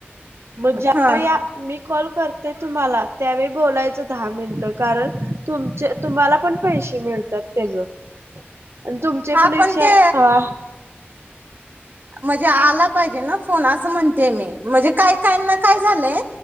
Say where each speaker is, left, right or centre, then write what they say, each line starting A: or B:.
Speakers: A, on the right; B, on the right.
A: मग ज्यावेळी
B: हा
A: मी कॉल करते तुम्हाला त्यावेळी बोलायचं दहा मिनटं, कारण तुमचे तुम्हाला पण पैसे मिळतात त्याज, आणि तुमचे
B: हा
A: पण एकशे
B: ते
A: आ
B: म्हणजे आला पाहिजे ना फोन असं म्हणतेय मी, म्हणजे काही काहींना काय झालंय